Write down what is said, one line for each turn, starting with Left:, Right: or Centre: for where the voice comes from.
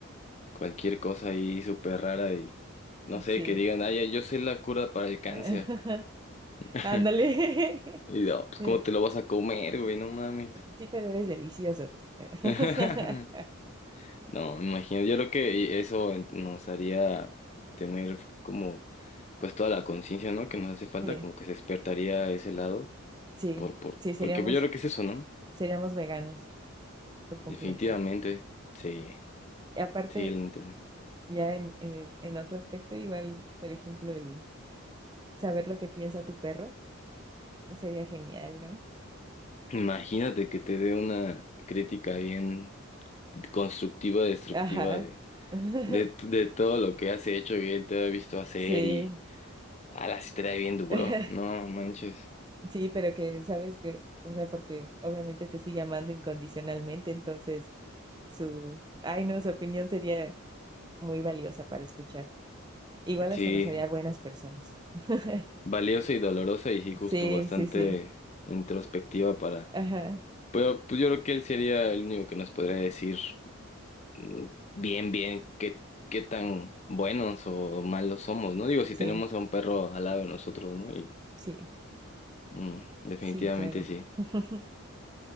Left: cualquier cosa ahí súper rara y no sé,
Right: sí.
Left: que digan, ay, yo sé la cura para el cáncer.
Right: <laughs>
Left: <laughs>
Right: Ándale.
Left: Y no, pues
Right: <laughs>
Left: cómo te lo vas a comer, güey, no mames.
Right: Sí, pero eres delicioso. <laughs>
Left: <laughs> No, me imagino, yo creo que eso en- nos haría tener como pues toda la conciencia, ¿no? Que nos hace falta,
Right: Sí,
Left: como que se despertaría ese lado
Right: sí,
Left: por por
Right: sí, seríamos,
Left: porque pues, yo creo que es eso, ¿no?
Right: seríamos veganos por completo.
Left: Definitivamente. Sí.
Right: Y aparte,
Left: Sí, la neta sí.
Right: Ya en, en, en otro aspecto, igual, por ejemplo, el saber lo que piensa tu perro sería genial, ¿no?
Left: Imagínate que te dé una crítica bien constructiva, destructiva
Right: Ajá.
Left: de
Right: <laughs>
Left: de, de todo lo que has hecho y él te ha visto hacer
Right: Sí.
Left: y Ala, sí te da bien duro,
Right: <laughs>
Left: no manches.
Right: Sí, pero que sabes que, o sea, porque obviamente te sigue amando incondicionalmente, entonces su, ay no, su opinión sería muy valiosa para escuchar. Igual
Left: Sí,
Right: hasta nos haría buenas personas. <laughs>
Left: valiosa y dolorosa y sí, justo
Right: Sí,
Left: bastante
Right: sí, sí.
Left: introspectiva para...
Right: Ajá.
Left: Pero pues yo creo que él sería el único que nos podría decir mm, bien, bien, qué, qué tan buenos o malos somos, ¿no? Digo, si
Right: Sí,
Left: tenemos a un perro al lado de nosotros, ¿no? Y
Right: sí,
Left: mm, definitivamente
Right: sí, claro.
Left: sí.
Right: <laughs>